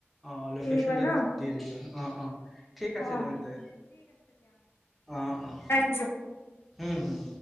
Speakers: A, in the centre; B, on the left.
A: আহ লোকেশচনটো
B: কিনিবা ন
A: দি দিবা অ অ ঠিক আছে
B: অ
A: তেন্তে অ অ
B: কছ
A: হম হুম